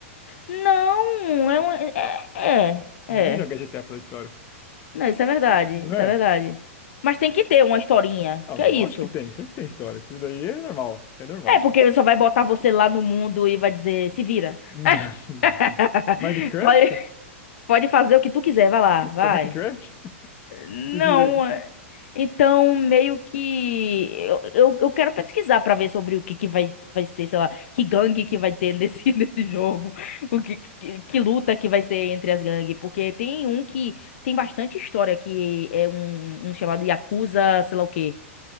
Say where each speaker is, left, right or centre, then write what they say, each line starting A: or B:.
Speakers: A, on the left; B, on the left.
A: Não, é, um, é, é, é.
B: Ninguém joga
A: é,
B: GTA pela história.
A: Não, isso é verdade,
B: Não
A: isso
B: é?
A: é verdade. Mas tem que ter uma historinha.
B: Não,
A: Que
B: lógico
A: é isso?
B: que tem, sempre tem história. Isso daí é normal, isso é normal.
A: É, porque ele só vai botar você lá no mundo e vai dizer, se vira.
B: <laughs> Se vira.
A: <laughs>
B: Minecraft?
A: Pode- Pode fazer o que tu quiser, vai lá,
B: Isso
A: vai.
B: é Minecraft? <laughs>
A: Não,
B: Se vira aí.
A: é- então meio que eu, eu, eu quero pesquisar pra ver sobre o que que vai, vai ser, sei lá, que gangue que vai ter nesse, <laughs> nesse jogo, o que, que, que luta que vai ser entre as gangues, porque tem um que tem bastante história que é um, um chamado Yakuza, sei lá o quê.